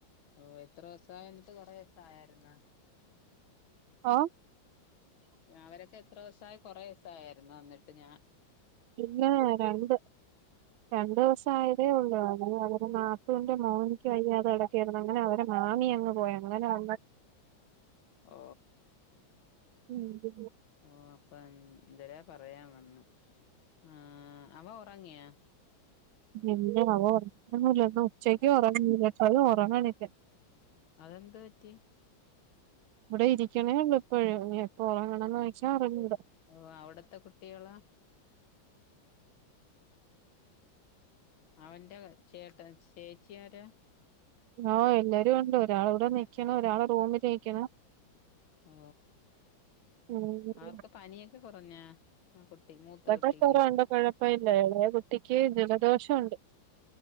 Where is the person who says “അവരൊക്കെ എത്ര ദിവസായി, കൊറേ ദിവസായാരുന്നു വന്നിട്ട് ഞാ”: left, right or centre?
Left